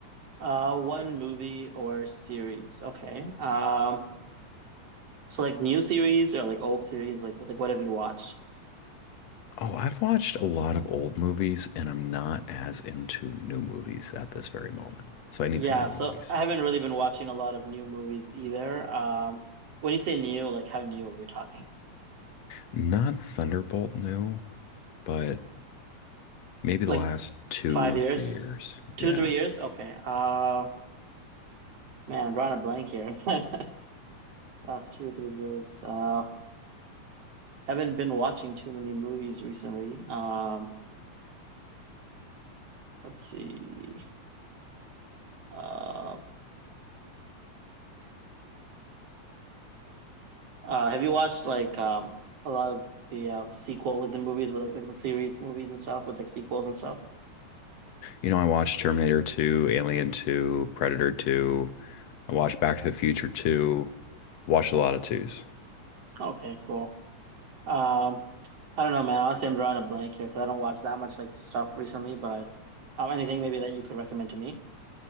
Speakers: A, on the right; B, on the left.
A: Uh, one movie or series. Okay. Um, so like new series or like old series, like like what have you watched?
B: Oh, I've watched a lot of old movies and I'm not as into new movies at this very moment. So I need
A: Yeah,
B: some new
A: so
B: movies.
A: I haven't really been watching a lot of new movies either. Um, when you say new, like how new are we talking?
B: Not Thunderbolt new, but maybe
A: Like
B: the last two,
A: five years?
B: three years.
A: Two,
B: Yeah.
A: three years? Okay. Uh, man, drawing a blank here. <laughs> Last two, three years. Uh Haven't been watching too many movies recently. Um, let's see. Uh, uh, have you watched like um a lot of the um sequel, like the movies with like, like the series movies and stuff with like sequels and stuff?
B: You know, I watched Terminator 2, Alien 2, Predator 2. I watched Back to the Future 2. Watched a lot of twos.
A: Okay, cool. Um, I don't know, man. Honestly, I'm drawing a blank here because I don't watch that much like stuff recently. But um, anything maybe that you could recommend to me?